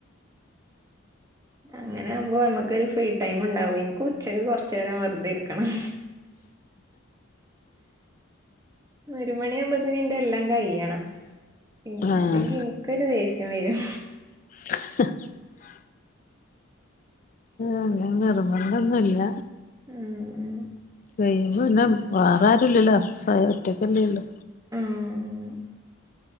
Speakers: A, on the right; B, on the left.
A: അങ്ങനെയാവുമ്പോ നമുക്കൊരു ഫ്രീ ടൈം ണ്ടാവും ൻക് ഉ ഉച്ചക്ക് കൊറച്ചേരം വെറുതെ ഇരിക്കണം ഒരു മണിയാുമ്പത്തിന് ഇന്റെ എല്ലാം കഴിയണം പിന്ന
B: ആഹ്
A: അല്ലെങ്കി എനിക്കൊരു ദേഷ്യം വരും.
B: <inaudible> അങ്ങനെ നിർബന്ധംന്നുല്ല.
A: ഉം
B: <unintelligible> പിന്നെ വേറെ ആാരുംല്ലല്ലോ സ്വ ഒറ്റക്കല്ലേള്ളൂ
A: ഉം